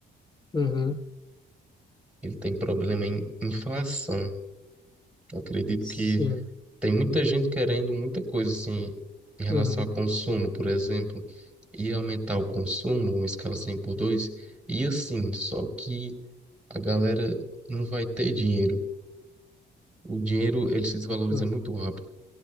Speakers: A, on the left (about 20°); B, in the centre.
A: Uhum.
B: Ele tem problema em inflação. Eu acredito
A: Sim.
B: que tem muita gente querendo muita coisa assim em relação
A: Uhum.
B: a consumo, por exemplo, e aumentar o consumo, uma escala 100 por 2 e assim, só que a galera não vai ter dinheiro. O dinheiro, ele se desvaloriza
A: Uhum.
B: muito rápido.